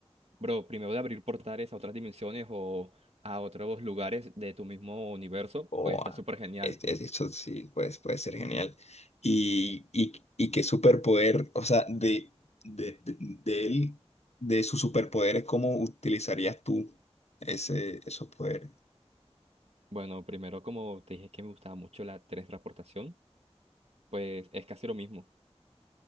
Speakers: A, on the right; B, on the left.
A: Bro, primero de abrir portales a otras dimensiones o a otros lugares de tu mismo universo,
B: Oh,
A: pues está
B: ah,
A: súper genial.
B: es- es- eso sí, pues, puede ser genial. ¿Y, y, y qué superpoder, o sea, de, de, de, de él, de sus superpoderes, cómo utilizarías tú ese, esos poderes?
A: Bueno, primero como te dije que me gustaba mucho la teletransportación, pues es casi lo mismo.